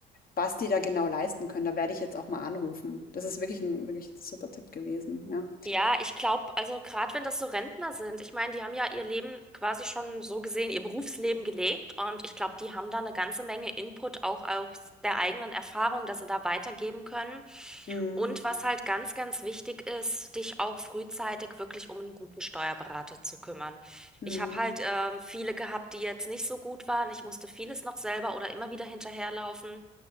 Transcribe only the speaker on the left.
was die da genau leisten können. Da werde ich jetzt auch mal anrufen. Das ist wirklich ein, wirklich ein super Tipp gewesen, ja.
Mm,
mm,